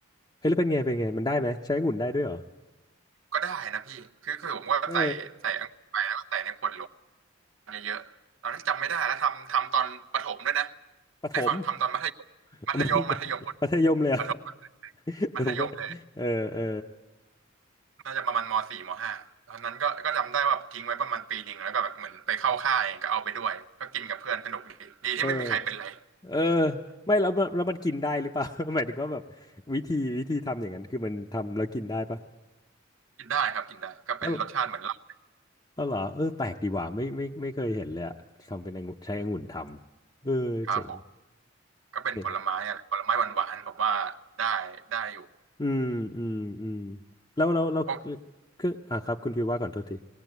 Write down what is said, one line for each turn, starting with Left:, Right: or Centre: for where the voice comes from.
Left: เฮ้ยแล้วเป็นไงเป็นไงมันได้ไหมใช้องุ่นได้ด้วยเหรอ
Right: ก็ได้นะพี่คือคือผมก็ใส่ใส่อังุ่นไปแล้วก็ใส่ในขวดโหล
Left: เออ
Right: เยอะๆตอนนั้นจำไม่ได้แล้วทำทำตอนประถมด้วยนะ
Left: ประถม
Right: ได้ฟังทำตอนมัธยมมัธยมมัธยม
Left: <laughs> เอามัธยมมัธยมเลยเหรอ่ะ
Right: ประถม
Left: <laughs>
Right: มัธยมเลย
Left: ผมก็เออเออ
Right: น่าจะประมาณมสี่มห้าตอนนั้นก็ก็จำได้ว่าทิ้งไว้ประมาณปีหนึ่งแล้วก็แบบเหมือนไปเข้าค่ายก็เอาไปด้วยก็กินกับเพื่อนสนุกดีดีที่ไม่มีใครเป็นไร
Left: เออเออไม่แล้วมันแล้วมันกินได้หรือเปล่า <laughs> หมายถึงว่าแบบวิธีวิธีทำอย่างนั้นคือมันทำแล้วกินได้ปะ
Right: <laughs> กินได้ครับกินได้ก็เป็นรสชาติเหมือนเหล้า
Left: เออเออเหรอเออแปลกดีว่ะไม่ไม่ไม่เคยเห็นเลยอะทำเป็นองุ่นใช้องุ่นทำเออเจ๋ง
Right: ครับผมก็เป็นผลไม้อะไรผลไม้หวานๆผมว่าได้ได้อยู่
Left: เจ๋งอืมอืมอืมแล้วแล้วแล้ว
Right: โอ้
Left: คืออ่ะครับคุณฟิวว่าก่อนโทษที